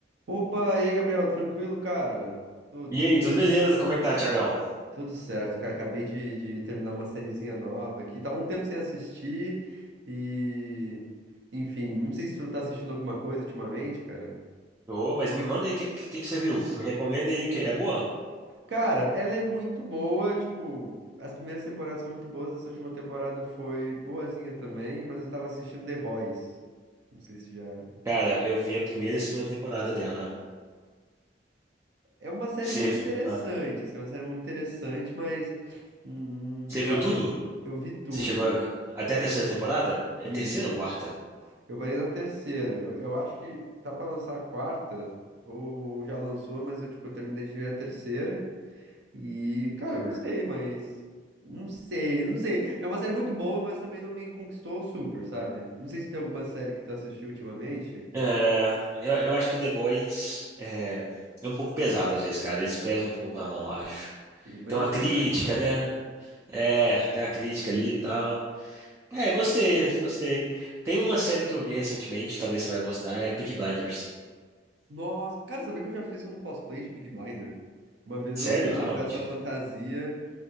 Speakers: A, on the right (about 70°); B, on the right (about 15°).
A: Opa, e aí, Gabriel, tranquilo, cara? Tu-
B: E aí, tudo beleza? Como é que tá, Tiagão?
A: tudo certo, cara. Acabei de, de terminar uma sériezinha nova aqui. Tava um tempo sem assistir e. Enfim, não sei se tu tá assistindo alguma coisa ultimamente, cara.
B: Ô, mas me manda aí, o que, que, que você viu? Me recomenda aí, que é boa?
A: Cara, ela é muito boa, tipo. As primeiras temporadas são muito boas, essa última temporada foi boazinha também, mas eu tava assistindo The Boys. Não sei se já.
B: Cara, eu vi a primeira e a segunda temporada dela.
A: É uma série
B: Você
A: muito
B: vi-
A: interessante,
B: ah,
A: assim, é uma série muito interessante, mas. hum,
B: você
A: eu
B: viu
A: acho
B: tudo?
A: que as prim- eu vi tudo.
B: Você chegou a- até a terceira temporada? É
A: Isso.
B: terceira ou quarta?
A: Eu parei na terceira. Eu, eu acho que tá pra lançar a quarta, ou, ou já lançou, mas eu, tipo, terminei de ver a terceira. E, cara,
B: Hum.
A: eu gostei, mas. Não sei, não sei. É uma série muito boa, mas também não me conquistou super, sabe? Não sei se tem alguma série que tu assistiu ultimamente,
B: É, eu, eu acho que The Boys é, é um pouco pesado às vezes, cara. Eles pesam um pouco na mão, eu acho.
A: e- mas
B: Tem uma
A: acho
B: crítica,
A: que é o intuito, né?
B: né? É, tem uma crítica ali e tal. É, gostei, gostei. Tem uma série que eu vi recentemente, talvez você vai gostar, é Peaky Blinders.
A: Nossa, cara, sabia que eu já fiz um cosplay de Peaky Blinder? Uma vez
B: Sério?
A: eu fui numa
B: Aonde?
A: festa fantasia.